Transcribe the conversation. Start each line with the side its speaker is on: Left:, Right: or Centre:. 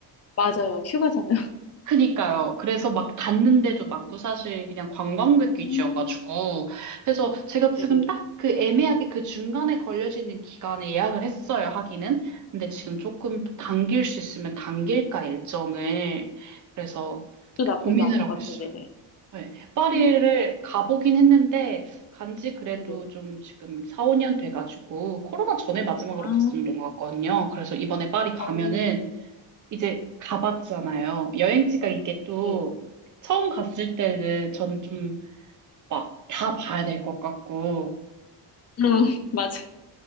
Left: 맞아요. 휴가잖아요.
Right: 그니까요. 그래서 막 닿는데도 많고 사실 그냥 관광객 위주여가지고.
Left: 음,
Right: 그래서 제가 지금
Left: 네네.
Right: 딱 그 애매하게 그 중간에 걸려지는 기간에 예약을 했어요, 하기는. 근데 지금 조금 당길 수 있으면 당길까, 일정을. 그래서
Left: 또 나쁘지
Right: 고민을
Left: 않을
Right: 하고
Left: 것
Right: 있어요.
Left: 같은데, 네.
Right: 네. 파리를
Left: 헉,
Right: 가보긴 했는데, 간지 그래도
Left: 네네.
Right: 좀 지금 4, 5년 돼가지고, 코로나 전에 마지막으로
Left: 아,
Right: 갔었던 것 같거든요. 그래서 이번에 파리 가면은
Left: 어, 네네.
Right: 이제 가봤잖아요. 여행지가 이게 또
Left: 네네.
Right: 처음 갔을 때는 저는 좀 막 다 봐야 될 것 같고
Left: 응, <laughs> 맞아.